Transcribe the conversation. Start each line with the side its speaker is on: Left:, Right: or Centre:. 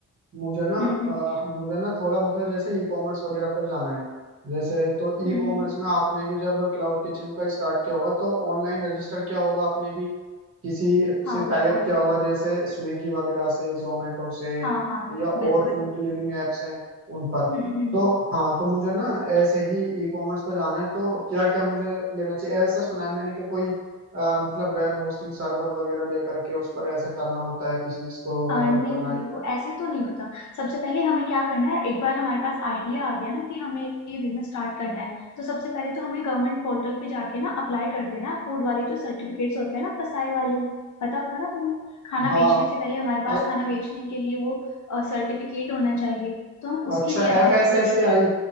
Right: मुझे ना
Left: हम्म हम्म
Right: अ, मुझे ना थोड़ा मतलब जैसे ई कॉमर्स वगैरह पर जाना है जैसे तो
Left: हम्म
Right: ई कॉमर्स
Left: हम्म
Right: में आपने भी जब क्लाउड किचन का स्टार्ट किया होगा तो ऑनलाइन रजिस्टर किया होगा आपने भी किसी
Left: हाँ
Right: से
Left: बिल्कुल
Right: टाई अप किया होगा जैसे स्विगी वगैरह से जोमेटो से
Left: हाँ हाँ
Right: या
Left: बिल्कुल
Right: और फूड डिलीवरिंग एप्स हैं उन पर
Left: हम्म हम्म
Right: तो हाँ तो मुझे ना ऐसे ही ई कॉमर्स पर जाना है तो क्या क्या मुझे लेना चाहिए ऐसा सुना है मैंने कि कोई अ, मतलब वेब होस्टिंग सर्वर वगैरह लेकर के उस पर ऐसा करना होता है बिजनेस को अगर
Left: आ, नहीं
Right: रन करना है
Left: देखो ऐसे तो नहीं होता सबसे पहले हमें क्या करना है एक बार हमारे पास आइडिया आ गया ना कि हमें ये बिजनेस स्टार्ट करना है तो सबसे पहले तो हमें गवर्नमेंट पोर्टल पे जाके ना अप्लाई कर देना फूड वाले जो सर्टिफिकेट्स होते हैं ना फसाए वाले पता होगा ना तुम्हें खाना
Right: हाँ
Left: बेचने से पहले हमारे पास
Right: अ-
Left: खाना बेचने के लिए वो सर्टिफिकेट होना चाहिए तो हम
Right: अच्छा
Left: उसके लिए अप्लाई
Right: एफ एस
Left: करेंगे
Right: एस ए आई